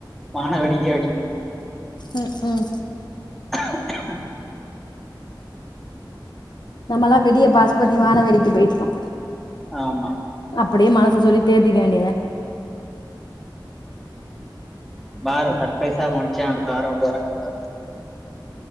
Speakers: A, in the centre; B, on the left.
A: வானவெடிக்க வெடிக்கு
B: ம்ஹும்
A: <inaudible>
B: நம்மல்லா வெடிய
A: ம்
B: பாஸ் பண்ணி வான வெடிக்கு போய்ட்கோ
A: ஆமா
B: அப்டியே மனச சொல்லி தேத்திக்க வேண்டியதெ
A: பாரு சர்ப்பிரைசா மச்சா அடுத்த வார வந்து எறங்கப் போறாரு